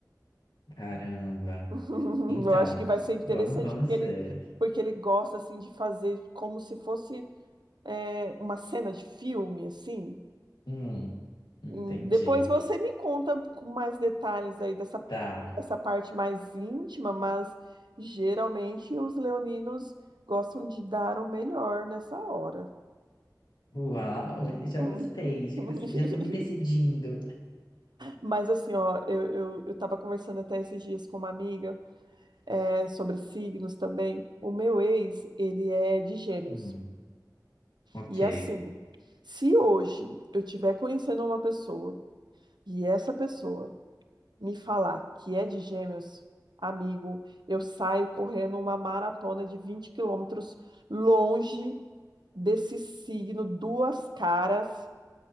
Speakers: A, on the left; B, on the right.
A: caramba.
B: <laughs>
A: Então,
B: Eu acho que vai ser interessante
A: vamos, vamos
B: porque ele,
A: ver.
B: porque ele gosta assim de fazer como se fosse é, uma cena de filme, assim.
A: Hum, entendi.
B: Hum, Depois você me conta com mais detalhes aí dessa,
A: Tá.
B: dessa parte mais íntima, mas geralmente os leoninos gostam de dar o melhor nessa hora.
A: Uau, já
B: Uhum.
A: gostei, já
B: <laughs>
A: gostei, já tô me decidindo.
B: Mas assim, ó, eu, eu, eu tava conversando até esses dias com uma amiga, é, sobre signos também. O meu ex, ele é de gêmeos.
A: Hum, ok.
B: E assim, se hoje eu tiver conhecendo uma pessoa e essa pessoa me falar que é de Gêmeos, amigo, eu saio correndo uma maratona de 20 quilômetros longe desse signo, duas caras.